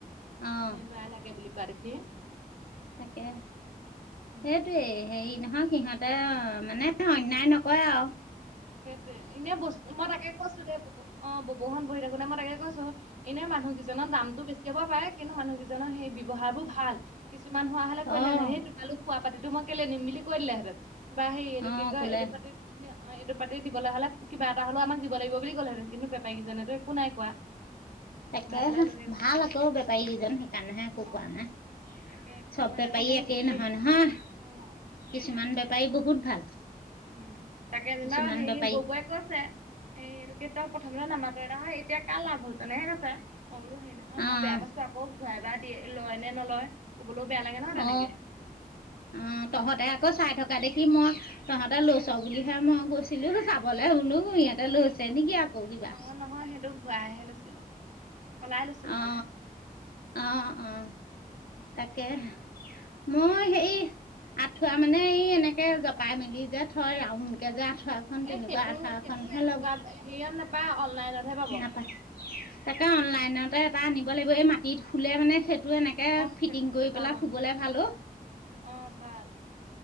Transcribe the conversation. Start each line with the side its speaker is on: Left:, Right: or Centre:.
Left: অঁ
Right: এই লোৱাই লাগে বুলি কোৱা দেখি।
Left: তাকেহ!
Right: উম,
Left: সেইটোৱেই হেৰি, নহয় সিহঁতে মানে অন্যায় নকৰে আও।
Right: সেইটোৱে এনে বস্তু মই তাকে কৈছো দে বুবু অঁ ববুহত বহি থাকোতে মই তাকে কৈছো এনে মানুহগিজনৰ দামটো বেছি হব পাৰে কিন্তু মানুহগিজন সে ব্যৱহাৰবোৰ ভাল। কিছুমান হোৱা হলে কৰিলেহেতেন
Left: অঁ
Right: সেই তোমালোক খোৱা পাতিটো মই কেলে নিম বুলি কৈ দিলেহেঁতেন। বা সেই এইটো
Left: অঁ
Right: কি কয়
Left: কোলে
Right: এটো
Left: অ',
Right: পাতিত নে আ পাতি দিবলে হ'লে কিবা এটা হ'লও আমাক দিব লাগিব বুলি কলেহেঁতেন কিন্তু বেপাৰীগিজনেতো একো নাই কোৱা।
Left: তাকেহে,
Right: ঘূৰাই পেলাই লৈহে গৈছে
Left: ভাল আকৌ বেপাৰী গিজন সেইকাৰণেহে একো
Right: অ
Left: কোৱা নাই।
Right: তাকে কিছুমান
Left: চব বেপাৰী
Right: আকৌ বহুত
Left: একেই
Right: হেৰি
Left: নহয়
Right: থাকে
Left: নহয়
Right: অ সেইটোৱে
Left: কিছুমান বেপাৰী বহুত ভাল।
Right: উম তাকে আজি
Left: কিছুমান
Right: হেৰি
Left: বেপাৰী
Right: ববৈৱে কৈছে হেৰী এইটো কি তই প্ৰথমতে নামাতই নহয় এতিয়া কা লাভ হল তেনেকে কৈছে মই বোলো হেৰি নহয় মই
Left: অঁ
Right: বেয়া পাইছোঁ আকৌ ঘূৰাই বা দিয়ে লয় নে নলয়। ক'বলৈও বেয়া লাগে নহয় তেনেকে
Left: অ অ তহঁতে আকৌ চাই থাক- দেখি মই তহঁতে লৈছ বুলিহে মই গৈছিলো চাবলৈ শুনো ইিহঁতে লৈছে নেকি আকৌ কিবা
Right: অ নহয় সেইটো ঘূৰাইহে লৈছিলো। সলাই লৈছিলো মানে।
Left: অ অ অ তাকে মই সেই আঁঠুৱা মানে এই এনেকে জপাই মেলি যে থয় ৰাউন কে যে আঁঠু- আঠুৱা খন
Right: এ
Left: তেনেকুৱা
Right: সেইটো
Left: আঠুৱাখনহে
Right: সেইটো এনেকুৱা
Left: লম।
Right: হেৰিয়ত নাপায় অনলাইনতহে পাব
Left: নাপায় তাকে অনলাইনতে এটা আনিব লাগিব এই মাটিত খুলে মানে সেইট- টো এনেকে
Right: অ',
Left: ফিটিং
Right: সেইটো
Left: কৰি
Right: ভাল
Left: পেলাই
Right: অ',
Left: শুবলে ভালো।
Right: অ', ভাল